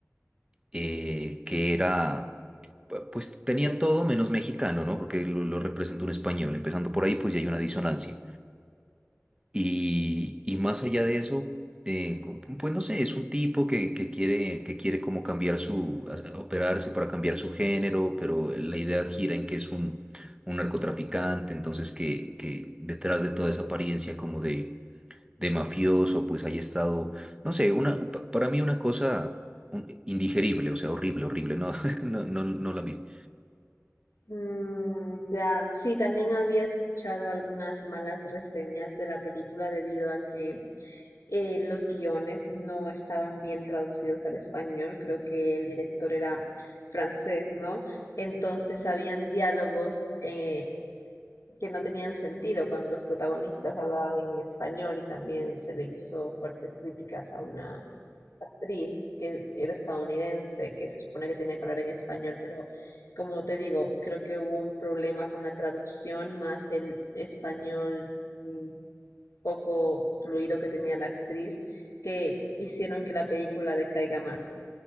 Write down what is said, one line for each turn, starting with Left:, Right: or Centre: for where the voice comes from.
Right: eh, que era, pu- pues tenía todo menos mexicano, ¿no? Porque lo, lo representa un español. Empezando por ahí, pues ya hay una disonancia. Y, y más allá de eso, eh, pues no sé, es un tipo que, que quiere, que quiere como cambiar su, a- operarse para cambiar su género, pero la idea gira en que es un, un narcotraficante, entonces que, que detrás de toda esa apariencia como de de mafioso, pues haya estado, no sé, una, pa- para mí una cosa un- indigerible, o sea, horrible, horrible, no, <laughs> no, no, no la vi.
Left: Mm, ya, sí, también había escuchado algunas malas reseñas de la película debido a que eh, los guiones no estaban bien traducidos al español. Creo que el director era francés, ¿no? Entonces habían diálogos eh, que no tenían sentido cuando los protagonistas hablaban en español y también se le hizo fuertes críticas a una actriz que era estadounidense, que se supone que tenía que hablar en español, pero como te digo, creo que hubo un problema con la traducción más el español mm, poco fluido que tenía la actriz, que hicieron que la película decaiga más.